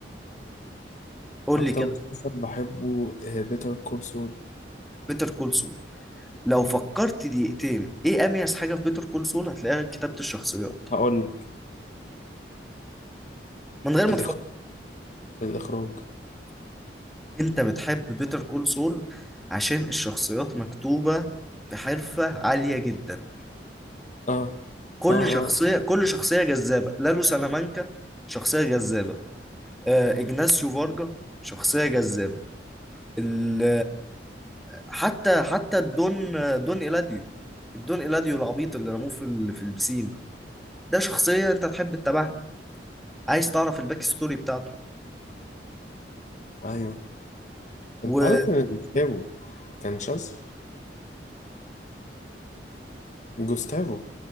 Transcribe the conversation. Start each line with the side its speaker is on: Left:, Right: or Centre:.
Centre: قول
Left: أكتر
Centre: لي كده
Left: مسلسل بحبه بيتر كول سول
Centre: بيتر كول سول لو
Left: أهو
Centre: فكرت دقيقتين ايه اميز حاجه في بيتر كول سول هتلاقيها كتابه الشخصيات
Left: هقول لك
Centre: من غير ما
Left: الإخ...
Centre: تفكر
Left: الإخراج
Centre: انت بتحب بيتر كول سول عشان الشخصيات مكتوبه بحرفه عاليه جدا
Left: آه
Centre: كل
Left: آه
Centre: شخصيه
Left: آه
Centre: كل شخصيه جذابه لالو سلامانكا شخصيه جذابه آه، اجناسيو فارجا شخصيه جذابه ال حتى حتى الدون دون إيلاديو الدون إيلاديو العبيط اللي رموه في ال- في البسين ده شخصية أنت هتحب تتابعها عايز تعرف الباك ستوري بتاعته
Left: أيوه
Centre: ومين
Left: أنت عارف إن جوستافو كان شاذ جوستافو